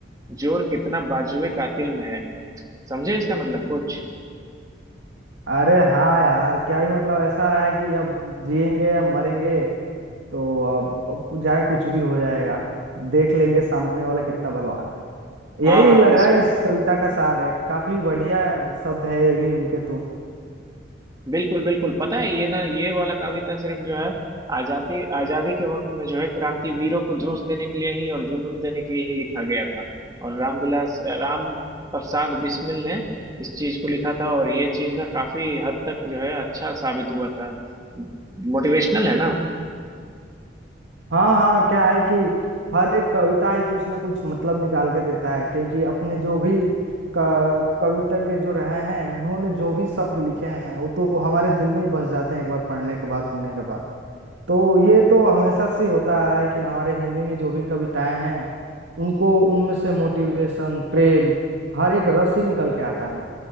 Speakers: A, on the right (about 20°); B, on the right (about 80°).
A: जोर कितना बाजुए कातिल में है समझे इसका मतलब कुछ
B: अरे हाँ यार क्या ही मतलब ऐसा है कि अब जिएंगे या मरेंगे तो अब जाए कुछ भी हो जाएगा देख लेंगे सामने वाला कितना बलवान है
A: हाँ
B: यही
A: हाँ
B: लग रहा
A: इस
B: है इस कविता का सार है काफी बढ़िया शब्द है ये भी उनके तो
A: बिल्कुल बिल्कुल पता है ये ना ये वाला कविता सिर्फ जो है आजादी आजादी के वक्त में जो है क्रांतिवीरों को जोश देने के लिए ही और जुनून देने के लिए ही लिखा गया था और रामविलास राम प्रसाद बिस्मिल ने इस चीज को लिखा था और ये चीज ना काफी हद तक जो है अच्छा साबित हुआ था मोटिवेशनल है ना
B: हाँ हाँ क्या है कि हर एक कविता ही कुछ ना कुछ मतलब निकाल के देता है क्योंकि अपने जो भी क- कवितज्ञ जो रहे हैं उन्होंने जो भी शब्द लिखे हैं वो तो हमारे दिल में ही बस जाते हैं एक बार पढ़ने के बाद सुनने के बाद तो ये तो हमेशा से होता आ रहा है कि हमारे हिंदी में जो भी कविताएं हैं उनको उनमें से मोटिवेशन प्रेम हर एक रस ही निकल के आता है